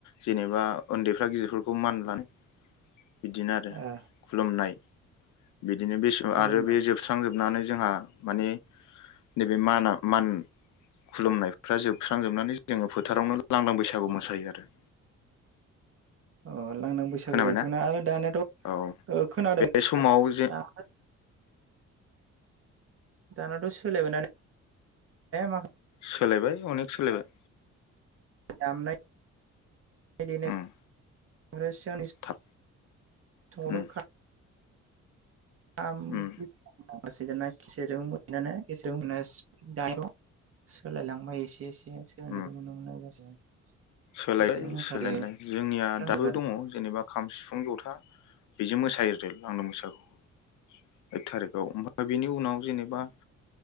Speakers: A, on the left; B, on the right.
A: जेनेबा उन्दैफ्रा गिदिरफोरखौ मान लानाय बिदिनो आरो
B: ओ
A: खुलुमनाय बिदिनो बे सम
B: खुलुमना
A: आरो बे जोबस्रां जोबस्रां जोबनानै जोंहा माने नैबे माना मान खुलुमनायफ्रा जोबस्रांजोबनानै जोङो फोथारावनो लांदां बैसागु मोसायो आरो।
B: अ लांदां बैसागु
A: खोनाबायना
B: जायोथ'ना आरो दानाथ'
A: औ
B: खोनादों
A: बे
B: नोंथाङा
A: समाव जे
B: दा दानाथ' सोलायबायना माखासे
A: सोलायबाय अनेक सोलायबाय।
B: दामनाय देनाय।
A: उम
B: आरो सिगांनि समावथ'
A: थाब उम
B: खा <unintelligible>
A: उम
B: सोलायलांबाय एसे-एसे। गेलेनायखौ
A: उम
B: नुनो मोननाया
A: सोलायबाय
B: खेसे मोसायो
A: सोलायनायालाय जोंनिया
B: जाबायबाय
A: दाबो
B: आरो
A: दङ जेनेबा खाम सिफुं जथा बेजों मोसायो लांदां बैसागुखौ। एक थारिकाव ओमफ्राय बेनि उनाव जेनेबा